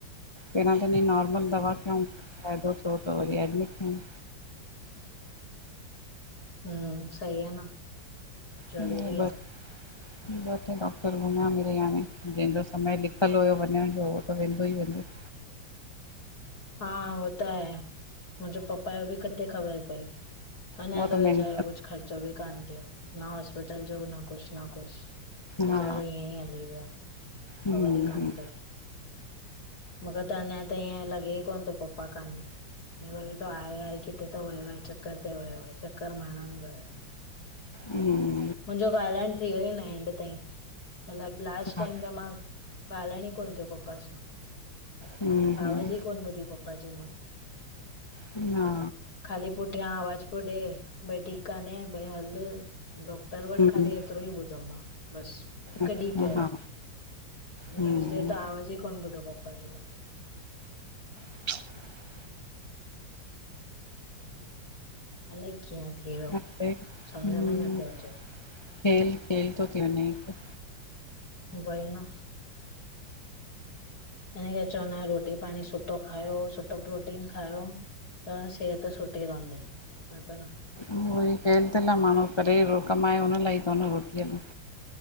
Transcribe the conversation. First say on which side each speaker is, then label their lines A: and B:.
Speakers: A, on the left (about 25°); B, on the left (about 50°).
A: पहिरां त हिनजी नॉर्मल दवा कयूंं, फ़ाइदो थियो त वरी एडमिट कयऊं।
B: <unintelligible> ह्म्म, सही आ न। ज़रूरी
A: ह
B: आहे,
A: बस <unintelligible> ॿ टे डॉक्टर घुमया मिरर्ई हाणे जंहिंजो समय लिखियलु हुयो वञण जो उहो त वेंदो ई वेंदो।
B: हा उहो त आहे, मुंहिंजो पपा जो बि किथे ख़बर पई। हुन
A: उहो
B: जो त वेचारो
A: मेन
B: कुछ ख़र्चो भी कान थियो। न हॉस्पिटल जो न कुछ न कुछ वेचारो
A: हा
B: हिअं ई हली वियो।
A: हम्म
B: खबर ई कान पई। मूखे त अञा ताईं हींअ लॻे ई कोन थो पप्पा काने। हिअं लॻे थो आहे आहे किथे त वियो आहे चक्कर ते वियो आहे चक्कर मारण वियो आहे। <inaudible>
A: हम्म।
B: मुंहिंजो ॻाल्हाइण थी वयो ई न एंड ताईं मतलब लास्ट
A: हा
B: टाइम त मां ॻालाइण ही कोन थियो पप्पा सां।
A: हम्म हम्म
B: आवाज ही कोन ॿुधी पप्पा जी मां।
A: हा,
B: ख़ाली पुठियां आवाज पियो ॾे, भई ठीक कन्हे भई हल डॉक्टर वट
A: हम्म
B: खाली एतरो ई ॿुधो मां बस। हिक
A: अच्छा
B: डीं पेंणो,
A: हा हम्म
B: नेक्स डे त आवाज ई कोन ॿुधो पपा जो मां।
A: <unintelligible>
B: अलाए कीअं थी वियो,
A: हम्म
B: समझ में नथो अचे।
A: खेल खेल तो थी वञे हिक।
B: वइ न। हिन करे चवंदा आहियूं रोटी पाणी सुठो खायो, सुठो प्रोटीन खायो। त सेहत सुठी रहंदी, न त न।
A: उहो ई कल थ लाइ माण्हू करे माण्हू कमाए हुन लाइ ई थो न रोटीअ लाए।